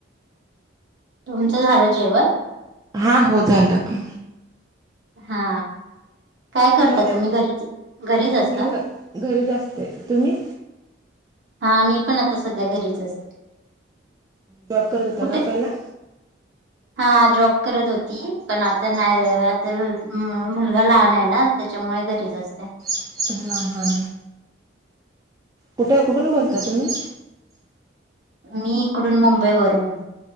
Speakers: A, on the right; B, on the right.
A: तुमचं झालं जेवण.
B: हा हो झालं.
A: हा काय करता
B: मला ह्यात
A: तुम्ही घरीच घरीच असता
B: मी घ घरीच असते तुम्ही
A: हा मी पण आता सध्या घरीच असते.
B: जॉब करत होता
A: कुठे
B: का पहिला
A: हा जॉब करत होती पण आता नाही आता मुलगा लहान आहे ना. त्याच्यामुळे घरीच असते.
B: हा हा कुठे कुठून बोलता तुम्ही
A: मी इकडून मुंबई वरून